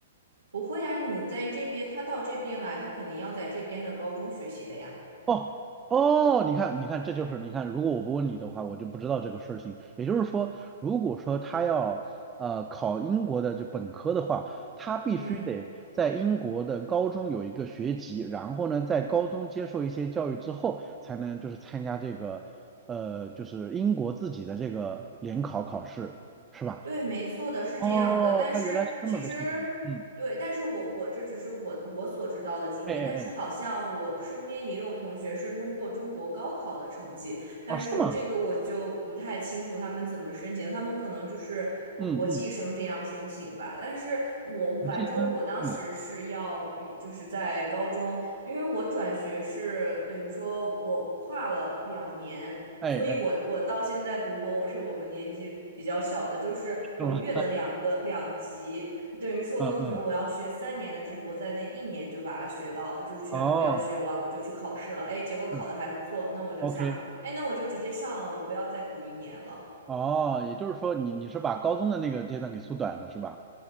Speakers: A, on the right (about 80°); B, on the right (about 15°).
A: 不会呀，你在这边，他到这边来，他肯定要在这边的高中学习的呀。
B: 哦哦，你看，你看，这就是你看，如果我不问你的话，我就不知道这个事情。也就是说，如果说他要呃考英国的就本科的话，他必须得在英国的高中有一个学籍，
A: 嗯，
B: 然后呢，在高中接受一些教育之后，才能就是参加这个呃就是英国自己的这个联考考试，是吧？
A: 对，没错的，是这样的。
B: 哦，
A: 但是其实，
B: 他原来是这么个系统。嗯，
A: 对，但是我我这只是我我所知道的经验，
B: 哎哎哎，
A: 但是好像我身边也有同学是通过中国高考的成绩。但是这个我就不太清楚他们怎么申请，
B: 哦，是吗？
A: 他们可能就是呃国际生这样申请吧。
B: 嗯嗯，
A: 但是我我反正我当时是要以就是在高中，
B: 不计生，嗯，
A: 因为我转学是等于说我跨了两年。
B: 哎哎，
A: 所以我，我到现在读博，我是我们年纪比较小的，就是我越了两个两级，
B: 是吗？
A: 等于说可能我要学三年的知识，
B: 嗯嗯
A: 我在那一年就把它学到，就是全部要学完，
B: 哦，
A: 我就去考试了。哎，结果考的还不错，
B: 是
A: 那我就想，
B: ，OK，
A: 哎，那我就直接上了，我不要再读一年了。
B: 哦，也就是说你你是把高中的那个阶段给缩短了是吧？